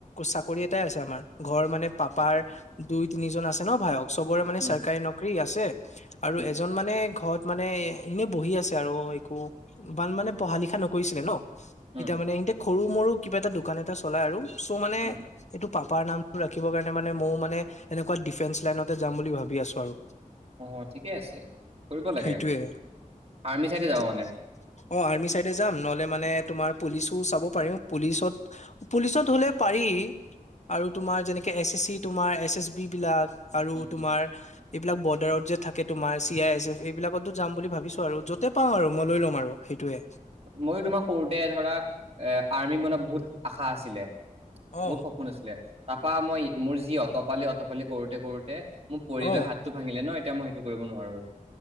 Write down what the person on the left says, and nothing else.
চাকৰি এটাই আছে আমাৰ ঘৰ মানে পাপাৰ দুই তিনিজন আছে ন ভায়ক চবৰে মানে
চৰকাৰী নকৰি আছে আৰু
এজন মানে ঘৰত মানে এনে বহি আছে আৰু একো ইমান মানে পঢ়া লিখা নকৰিছিলে ন
এতিয়া মানে ইনতে সৰু মৰু কিবা এটা দোকান এটা চলাই আৰু চ' মানে
এইটো পাপাৰ নামটো ৰাখিবৰ কাৰণে মানে মও মানে এনেকুৱা ডিফেন্স লাইনতে যাম বুলি ভাবি আছো আৰু
সেইটোয়ে
ঠিক
অ আৰ্মি চাইডে যাম নহলে মানে তোমাৰ পুলিচো চাব পাৰো পুলিচত পুলিচত হলে পাৰি আৰু তোমাৰ যেনেকে এছ এছ চি তোমাৰ এছ এছ বি বিলাক আৰু
তোমাৰ
এইবিলাক বৰ্ডাৰত যে থাকে তোমাৰ চি আই এছ এফ এইবিলাকতো যাম বুলি ভাবিছো আৰু য'তে পাওঁ আৰু মই লৈ ল'ম আৰু সেইটোয়ে
অ
অ